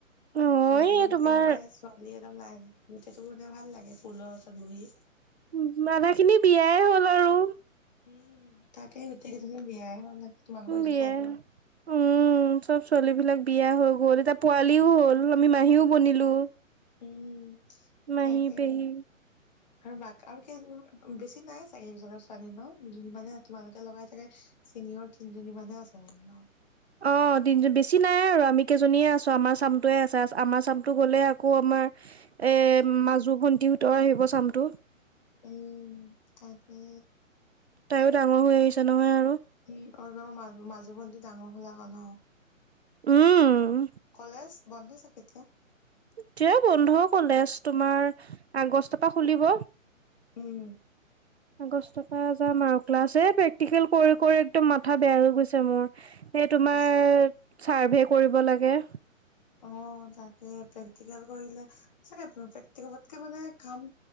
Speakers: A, on the right; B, on the left.
A: অ',
B: আগতেটো
A: এই
B: গোটেই
A: তোমাৰ
B: ছোৱালী এটা লাইন গোতেই টো ভাল লাগে পুলৰ ওচৰত বহি।
A: উম' মানা খিনি বিয়াই হ'ল আৰু।
B: উম' তাকেই গোটেই গেজনী বিয়াই হলে তোমালোকৰ সেইটো
A: বিয়া
B: চাইদৰ।
A: উম, চব ছোৱালী বিলাক বিয়া হৈ গ'ল এতিয়া পোৱালিও হ'ল আমি মাহীও বনিলো।
B: উম'
A: মাহী
B: তাকে
A: পেহী
B: আৰু বাক আৰু কিয় <unintelligible> বেছি নাই চাগে এইটো জেগাত ছোৱালী ন দুজনী মানে তোমালোকে লগাই চাগে- চিনিয়ৰ তিনিজনী মান হে আছে চাগে ন।
A: অঁ তিনি জনি বেছি নাই আৰু আমি কেইজনীয়ে আছো আমাৰ চামটোৱে আছে আমাৰ চামটো গ'লে আকৌ আমাৰ- এ মাজু ভণ্টিহঁতৰ আহিব চামটো।
B: উম' তাকে।
A: তাইও ডাঙৰ হৈ আহিছে নহয় আৰু।
B: উম' অ তহত মাজু মাজু ভন্টি ডাঙৰ হল আক ন।
A: উম'
B: কলেজ বন্ধ চাগে এতিয়া।
A: এতিয়া বন্ধ কলেজ তোমাৰ আগষ্ট পা খুলিব।
B: উম'
A: আগষ্ট পা যাম আৰু ক্লাছ এ প্ৰেক্টিকেল কৰি কৰি একদম মাথা বেয়া হৈ গৈছে মোৰ। এ তোমাৰ
B: সঁচা
A: চাৰ্ভে কৰিব লাগে।
B: অঁ তাকে প্ৰেক্টিকেল কৰিলে সচাকে প্ৰেক্টিকেলতকে মানে কাম-